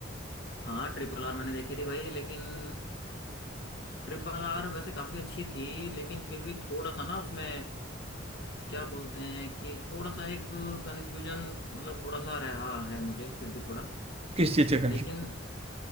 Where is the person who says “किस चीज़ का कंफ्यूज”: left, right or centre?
Right